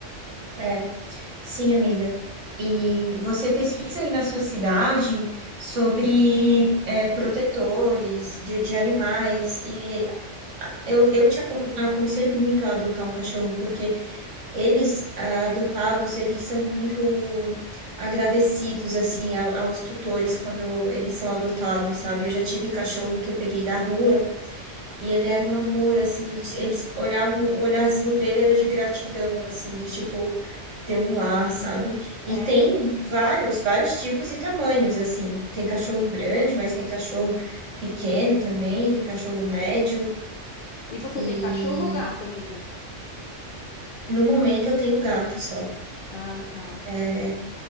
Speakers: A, on the right; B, on the left.
A: É. Sim, amiga. E você pesquisa aí na sua cidade sobre é, protetores de, de animais e Eu, eu te acon- aconselho muito a adotar um cachorro, porque eles, ah, adotados, eles são muito agradecidos, assim, ao- aos tutores quando eles são adotados, sabe? Eu já tive cachorro que eu peguei da rua e ele era um amor, assim, ele, ele se- olhava, o olharzinho dele era de gratidão, assim, de, tipo, ter um lar, sabe? E
B: É.
A: tem vários, vários tipos e tamanhos, assim. Tem cachorro grande, mas tem cachorro pequeno também, tem cachorro médio,
B: E você
A: e
B: tem cachorro ou gato, amiga?
A: No momento eu tenho gato só.
B: Ah, tá.
A: É,